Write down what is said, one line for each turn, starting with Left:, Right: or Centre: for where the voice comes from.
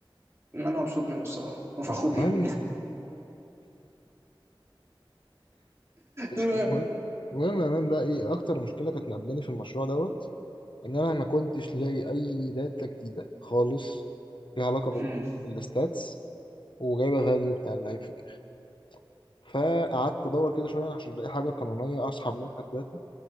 Right: ما انا مبسوط منه الصراحه وفخور
Left: المهم
Right: بيهم المهم
Left: المهم المهم يا مان بقى ايه اكتر مشكله كانت مقابلاني في المشروع دوت ان انا ما كنتش لاقي اي داتا جديده خالص ليها علاقه بال...
Right: هم. <laughs>
Left: بالستاتس وجايبه فاليو بتاع اللعيب في الاخر فقعدت ادور كده شويه عشان الاقي حاجه قانونيه اسحب منها الداتا